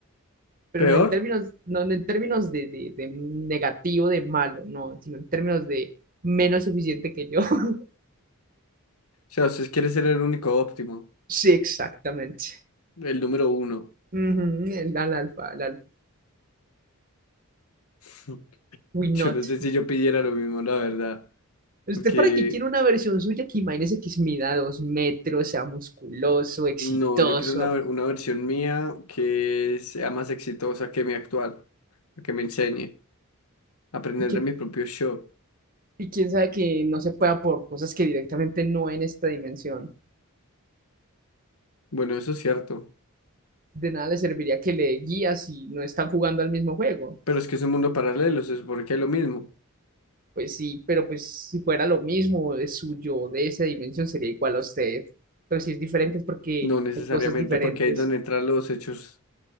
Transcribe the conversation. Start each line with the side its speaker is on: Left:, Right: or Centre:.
Right: pero
Left: peor.
Right: no en términos, no, no en términos de, de- de negativo, de malo, no, sino en términos de menos eficiente que yo. <laughs>
Left: O sea, usted quiere ser el único óptimo,
Right: Sí, exactamente.
Left: el número uno.
Right: Ujú, el, al alfa, el alfa.
Left: <laughs>
Right: We
Left: Yo
Right: not.
Left: no sé si yo pidiera lo mismo, la verdad.
Right: ¿Usted
Left: Porque
Right: para qué quiere una versión suya que imagínese que mida dos metros, sea musculoso, exitoso,
Left: No, yo quiero una, una versión mía que sea más exitosa que mi actual, que me enseñe a aprender
Right: y que
Left: de mi propio show.
Right: y quién sabe que no se pueda por cosas que directamente no en esta dimensión?
Left: Bueno, eso es cierto,
Right: De nada le serviría que le guías si no están jugando al mismo juego.
Left: pero es que es un mundo paralelo, se supone que es lo mismo.
Right: Pues sí, pero pues si fuera lo mismo de suyo, de esa dimensión, sería igual a usted. Pero si es diferente es porque
Left: No necesariamente
Right: hay cosas diferentes.
Left: porque ahí es donde entran los hechos